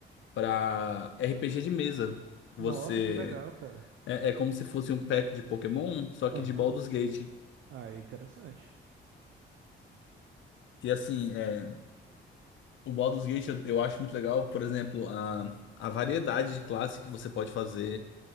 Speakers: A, on the left; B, on the right.
A: para RPG de mesa. Você
B: Nossa, que legal, cara.
A: é, é como se fosse um pack de Pokémon, só que
B: Aham.
A: de Baldur's Gate.
B: Ah, é interessante.
A: E assim, é, o Baldur's Gate eu, eu acho muito legal, por exemplo, a, a variedade de classe que você pode fazer.